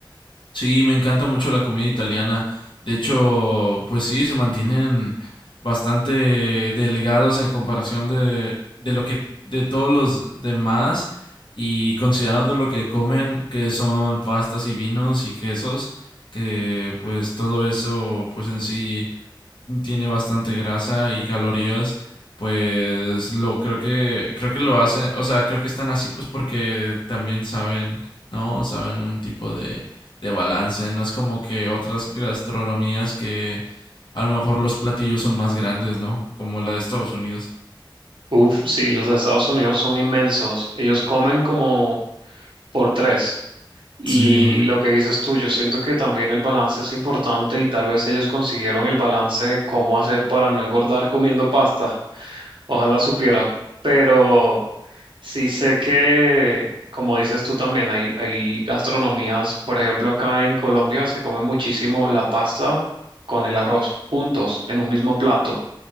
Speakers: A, on the left; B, on the right.
A: sí, me encanta mucho la comida italiana. De hecho, pues sí, se mantienen bastante delgados en comparación de, de lo que, de todos los demás y considerando lo que comen, que son pastas y vinos y quesos, que pues todo eso, pues en sí. tiene bastante grasa y calorías, pues lo creo que creo que lo hacen, o sea, creo que están así pues porque también saben, ¿no? Saben un tipo de de balance, no es como que otras gastronomías que a lo mejor los platillos son más grandes, ¿no? Como la de Estados Unidos.
B: Uf, sí, los de Estados Unidos son inmensos. Ellos comen como por tres. Y
A: Sí,
B: lo que dices tú, yo siento que también el balance es importante y tal vez ellos consiguieron el balance de cómo hacer para no engordar comiendo pasta. Ojalá supiera, pero sí sé que, como dices tú también, hay, hay gastronomías, por ejemplo, acá en Colombia se come muchísimo la pasta con el arroz juntos en un mismo plato.